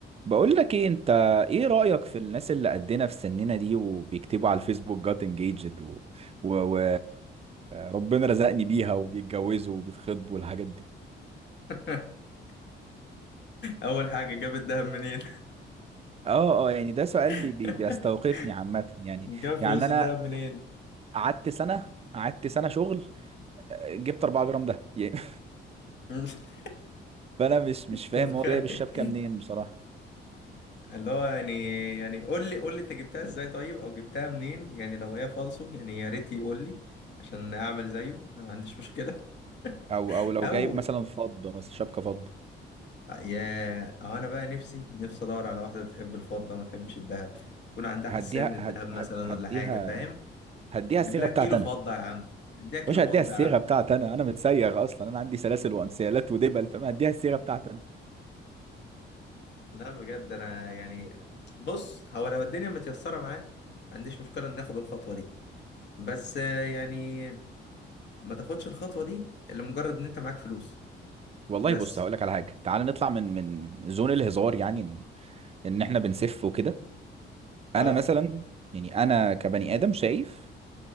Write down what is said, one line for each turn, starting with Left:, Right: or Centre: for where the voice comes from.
Right: بقول لك ايه انت ايه رأيك في الناس اللي قدنا في سننا دي وبيكتبوا على الفيسبوك جات انجيجد و... و... و... ربنا رزقني بيها وبيتجوزوا وبيتخطبوا والحاجات دي
Left: <laughs> اول حاجه جاب الدهب منين
Right: اه اه يعني ده سؤال
Left: <laughs>
Right: بي... بي... بيستوقفني عامة يعني
Left: جاب فلوس
Right: يعني انا
Left: الدهب منين
Right: قعدت سنة قعدت سنة شغل آه، جبت 4 جرام ده <laughs> يعني
Left: <laughs>
Right: فانا مش مش فاهم
Left: تتخيل
Right: هو جايب الشبكة منين بصراحة
Left: اللي هو يعني يعني قول لي قول لي انت جبتها ازاي طيب او جبتها منين يعني لو هي فالصو يعني يا ريت يقول لي عشان اعمل زيه ما عنديش مشكله
Right: او
Left: <laughs>
Right: او لو
Left: او
Right: جايب مثلا فضة مثلا شبكة فضة
Left: يا او انا بقى نفسي نفسي ادور على واحده بتحب الفضه وما تحبش الذهب يكون عندها حساسيه
Right: هديها
Left: من الذهب
Right: هد...
Left: مثلا
Right: هد... هديها
Left: ولا حاجه فاهم
Right: هديها
Left: اجيب
Right: الصيغة
Left: لها
Right: بتاعتي
Left: كيلو
Right: انا
Left: فضه يا عم اديها كيلو
Right: مش هديها
Left: فضه
Right: الصيغه
Left: يا عم
Right: بتاعتي انا انا متسيغ اصلا انا عندي سلاسل وانسيالات ودبل فما هديها الصيغه بتاعتي انا
Left: لا بجد انا يعني بص هو لو الدنيا متيسره معاه ما عنديش مشكله ان ناخد الخطوه دي بس آه، يعني ما تاخدش الخطوه دي الا مجرد ان انت معاك فلوس
Right: والله
Left: بس
Right: بص هقول لك على حاجه تعال نطلع من من زون الهزار يعني ان إن احنا بنسف وكده
Left: اه
Right: انا مثلا يعني انا كبني ادم شايف